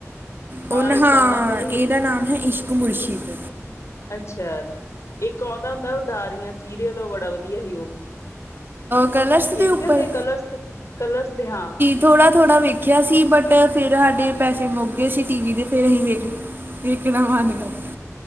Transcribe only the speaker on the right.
ਉਹ ਨਾ
ਹਾਂ
ਇਹਦਾ ਨਾਮ ਏ ਇਸ਼ਕੂ ਮੁਰਸ਼ਿਦ
ਕਲਰਸ
ਦੇ ਉੱਪਰ
ਥੋੜਾ-ਥੋੜ੍ਹਾ ਵੇਖਿਆ ਸੀ ਬਟ ਫਿਰ ਆਡੇ ਪੈਸੇ ਮੁੱਕ ਗਏ ਸੀ ਟੀ ਵੀ ਦੇ ਫਿਰ ਅਸੀਂ ਵੇਖ ਵੇਖਣਾ ਮਨ ਕਰਦਾ।